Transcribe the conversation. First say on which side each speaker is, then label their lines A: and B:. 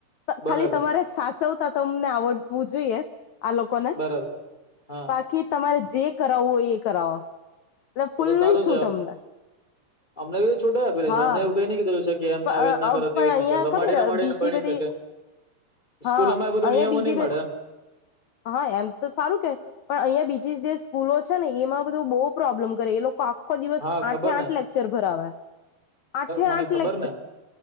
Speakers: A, on the left; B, on the left.
A: બરાબર
B: ખાલી તમારે સાચવતા તમને આવડવું જોઈએ આ લો કો ને
A: બરાબર હા
B: બાકી તમારે જે કરાવવું હોય એ કરાવો એટલે ફૂલ્લી
A: તો તો સારું
B: છૂટ
A: છે
B: અમને
A: અમને બી તો છૂટો આપે રહી
B: હા
A: છે અમને એવું કઈ ન કીધેલું છે કે અમે
B: પણ
A: આવી રીતના કરો તેવી રીતના
B: અહિયાં
A: કરો રમાડી
B: ખબર
A: રમાડીને
B: બીજી
A: ભણી
B: બધી
A: શકે.
B: હા
A: સ્કૂલોમાં એ બધું
B: અહિયાં
A: નિયમો
B: બીજી
A: નહી
B: બધી
A: મળે એમ.
B: હા એમ તો સારું કે, પણ અહીંયા બીજી જે સ્કૂલો છે ને એમાં બધું બહુ પ્રોબ્લેમ કરે એ લોકો આખખો દિવસ
A: હા ખબર
B: આઠે આઠ
A: ને
B: લેક્ચર ભરાવા આઠે
A: મને
B: આઠ
A: ખબર
B: લે
A: ને